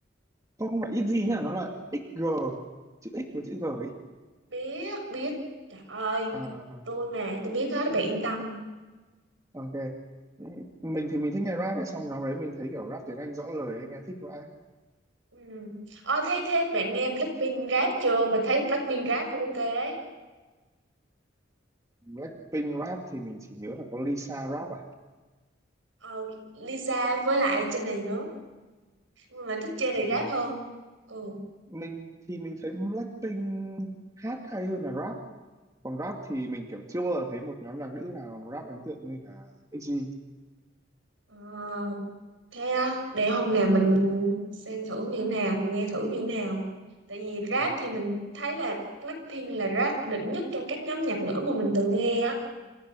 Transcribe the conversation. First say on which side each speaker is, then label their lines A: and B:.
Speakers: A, on the right; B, on the right.
A: không không phải XG nhá nó là XG chữ X với chữ G ấy
B: Biết, biết. Trời ơi,
A: à, à, à.
B: tôi mà, tôi biết hết, bạn yên tâm.
A: ok mình thì mình thích nghe rap ấy xong nó đấy mình thấy kiểu rap tiếng Anh rõ lời ấy, nghe thích vãi
B: Ừ. Ờ, thế, thế bạn nghe Blackpink rap chưa? Mình thấy Blackpink rap cũng ok ấy.
A: Blackpink rap thì mình chỉ nhớ là có Lisa rap à
B: Ờ, Lisa với lại trên này nữa. Nhưng mà mình thích trên
A: Ờ,
B: này rap
A: mình
B: hơn. Ừ.
A: mình thì mình thấy Blackpink hát hay hơn là rap còn rap thì mình kiểu chưa bao giờ thấy một nhóm nhạc nữ nào rap ấn tượng như cả EXY
B: Ờ, thế á, để hôm nào mình xem thử như thế nào, mình nghe thử như thế nào. Tại vì rap
A: Ờ,
B: thì mình thấy là Blackpink là rap đỉnh nhất trong các nhóm nhạc nữ mà mình từng nghe á.